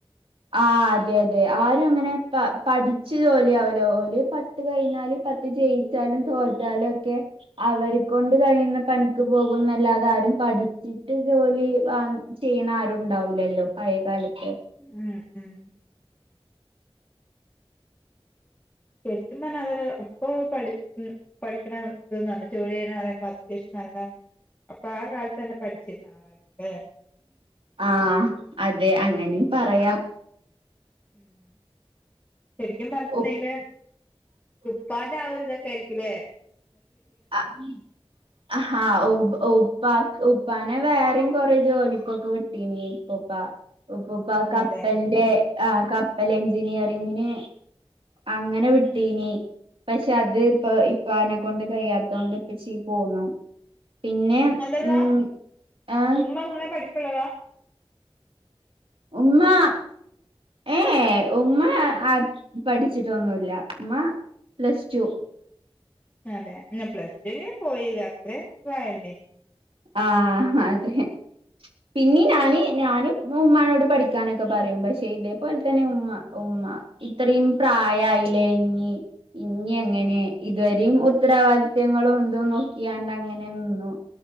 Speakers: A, on the right; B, on the left.
A: ആഹ് അതെ അതെ ആരും അങ്ങനെ പ പഠിച്ച് ജോലിയാവലോ ഓല് പത്ത് കഴിഞ്ഞാല് പത്ത് ജയിച്ചാലും തോറ്റാലൊക്കെ അവരേ കൊണ്ട് കഴിയുന്ന പണിക്ക് പോകുന്നല്ലാതെ ആരും പഠിച്ചിട്ട് ജോലി വാങ്ങ് ചെയ്യണാരുണ്ടാവ് ലല്ലോ പഴയകാലത്ത്
B: ഉം ഉം ശെരിക്കും പറഞ്ഞതൊരു ഇപ്പോ പഠിക്കും പഠിക്കണം ഇതൊന്ന് ജോലി ചെയ്യണ പറയുമ്പോ അത്യവശ്യം നല്ല അപ്പൊ ആഹ് കാലത്തെന്നെ പഠിച്ചിരുന്ന ആളാണ്ലെ.
A: ആഹ് അതെ അങ്ങനെ പറയാം
B: ഉം ശെരിക്കും പറഞ്ഞിട്ടണ്ടെങ്കില്
A: ഉപ്പ്
B: ഉപ്പാന്റെ ആഹ് ഒര് ഇതൊക്കെ ആയിര്ക് പിന്നെ
A: ആഹ് ആഹ് ഉമ്പ് ഉപ്പക് ഉപ്പാനെ വേറിം കൊറെജോലിക്കൊക്കെ വിട്ടീനി ഇപ്പൊപ്പാ. ഉപ്പൂപ്പ കപ്പൽന്റെ
B: അതെ
A: ആഹ് കപ്പൽ എഞ്ചിനീയറിങ്ങിന് അങ്ങനെ വിട്ടീനി.
B: ഉം ഉം
A: പഷെ അത് ഇപ്പൊ ഇപ്പാനെ കൊണ്ട് കയ്യാതൊണ്ട് ഇപ്പച്ചീ പോന്നു പിന്നെ
B: അതെല്ലാ
A: ഉം ആഹ്
B: ഉമ്മങ്ങെനെ പഠിപ്പ്ള്ളതാ?
A: ഉമ്മ ഏഹ് എഹ് ഉമ്മ അത് പഠിച്ചിട്ടൊന്നുല്ല ഉമ്മ പ്ലസ് റ്റു
B: അതെ ന്നപ്ലസ് റ്റു എങ്കിലും പോയിലെ അത്രേംതായില്ലേ
A: ആഹ് അതെ പിന്നീ ഞാന് ഞാനും ഉമ്മാനോട് പഠിക്കാനൊക്കെ പറയും പഷെ ഇതേപോലെ തന്നെ ഉമ്മ ഉമ്മ. ഇത്രയും പ്രായായില്ലേ ഇഞ്ഞി ഇഞ്ഞി അങ്ങനെ ഇതരിം ഉത്തരവാദിത്ത്യങ്ങളും ഇതും നോക്കിയാണ്ട് അങ്ങനെന്നിന്നു.